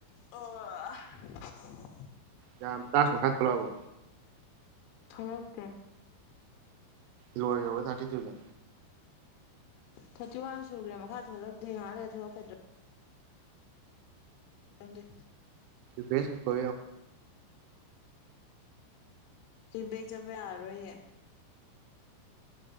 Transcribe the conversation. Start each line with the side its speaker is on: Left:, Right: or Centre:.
Left: ꯑꯣ
Right: ꯌꯥꯝ ꯇꯥ ꯁꯪꯁꯥ ꯊꯂꯕ
Left: ꯊꯖꯛꯇꯦ
Right: ꯂ ꯌ ꯊ ꯊꯧꯦ
Left: ꯊꯥꯔꯇꯤ ꯋꯥꯟ ꯁꯨꯈ꯭ꯔꯦ ꯃꯈꯥ ꯊꯣꯛꯂꯛꯇꯦ ꯉꯥꯏꯔ ꯊꯣꯛꯂꯛꯀꯗ꯭ꯔꯣ ꯊꯪꯦ
Right: ꯐꯦꯁꯕꯨꯛ ꯐꯨ
Left: ꯁꯤ ꯕꯦꯛ ꯆꯠꯄ ꯌꯥꯔꯣꯏꯌꯦ